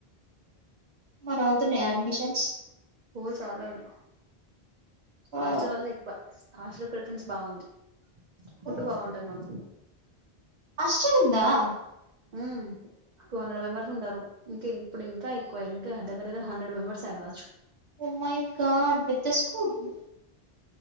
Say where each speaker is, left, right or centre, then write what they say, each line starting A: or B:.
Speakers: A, on the right (about 50°); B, on the right (about 80°).
A: <unintelligible>
B: మరి అవుతున్నాయ అడ్మిషన్స్
A: ఓ చాలానే
B: ఆ
A: హస్టల్ వాలే ఎక్కువ హాస్టల్ ప్రిఫరెన్స్ బాగుంది ఫుడ్
B: ఓ,
A: బాగుంటుంది మాకు
B: <unintelligible>
A: మ్మ్ టూ హండ్రెడ్ మేంబర్స్ ఉంటారు ఇంకా ఇప్పుడు ఇంక ఎక్కువ <unintelligible> దగ్గ్గర హ్రెడ్ మెంబర్స్ అవచ్చు
B: ఓ మై గాడ్ పెద్ద స్కూలు